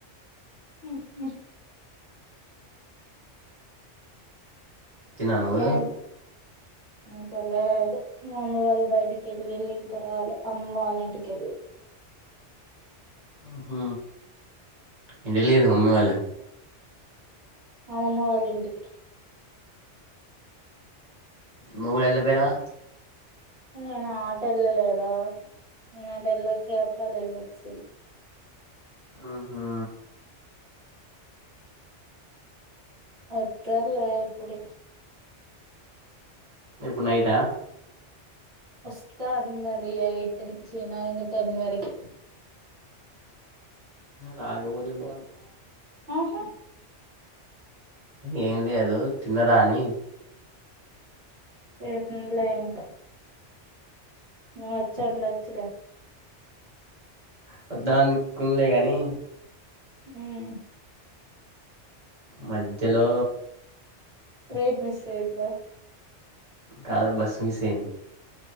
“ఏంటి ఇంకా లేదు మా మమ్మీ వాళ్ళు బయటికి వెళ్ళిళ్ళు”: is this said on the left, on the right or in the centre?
Right